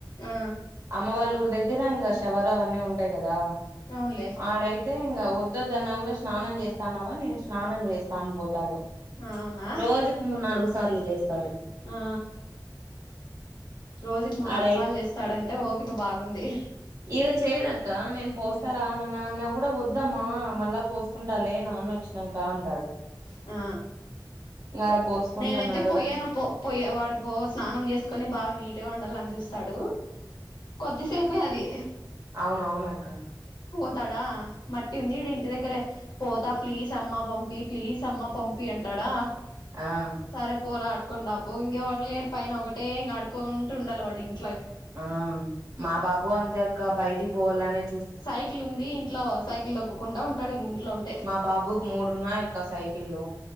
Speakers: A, on the left; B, on the right.
A: ఆ
B: అమ్మ వాళ్ళు ఊర్ ఊరి దగ్గర ఇంకా శవరా అవన్నీ ఉంటాయి కదా
A: అవునులే.
B: ఆడైతే ఇంకా వొద్దోద్దు అన్నా కూడా స్నానం చేస్తాన్నావా నేను స్నానం చేస్తా అని పోతాడు
A: ఆవునా
B: రోజుకు మూడు నాలుగు సార్లు చేస్తాడు
A: ఆ రోజుకి మూడు
B: ఆడై
A: నాలుగు సార్లు చేస్తాడు అంటే ఓపిక బాగుంది
B: ఈడ చేయడక్క నేను పోస్తా
A: అవునులే.
B: రా నాన్న అన్న కూడా వద్దు వద్దమ్మా మళ్ళా పోసుకుంటా లేే నాన్న వచ్చినాంకా అంటాడు
A: ఆ
B: ఇంకాడ పోసుకుంటున్నాడు
A: నేనైతే పొయ్యాను
B: రా
A: పో పొయ్యే వాడు పో స్నానం చేసుకొని బాగా నీట్ గా ఉండాలని చూస్తాడు కొద్దిసేపే అది
B: అవునవును అక్క
A: పోతడా మట్టి ఉంది ఇడ ఇంటి దగ్గర పోతా ప్లీజ్ అమ్మ పంపి ప్లీజ్ అమ్మ పంపి అంటాడా
B: ఆ
A: సరే పోరా ఆడుకుని రాపో ఇంగ్ ఎవరు లేరు పైన ఒకటే ఇంగ ఆడుకుంటూ ఉండల్ల వాడు ఇంగ్
B: ఆ మా బాబు అంతేక్క బయటికి పోవాల్లనే
A: సైకిల్ ఉంది ఇంట్లో సైకిల్ తొక్కుకుంటా ఉంటాడు ఇంగ్ ఇంట్లో ఉంటే
B: మా బాబుకి మూడున్నాయి అక్క సైకిల్లు